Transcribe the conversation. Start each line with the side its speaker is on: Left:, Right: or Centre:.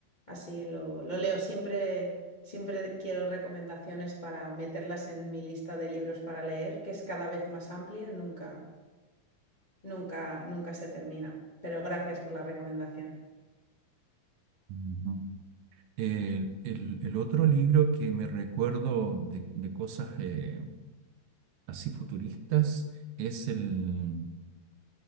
Left: Así lo, lo leo. Siempre, siempre quiero recomendaciones para meterlas en mi lista de libros para leer, que es cada vez más amplia, nunca, nunca, nunca se termina. Pero gracias por la recomendación.
Right: Ujú. El, el- el otro libro que me recuerdo de, de cosas eh, así futuristas es el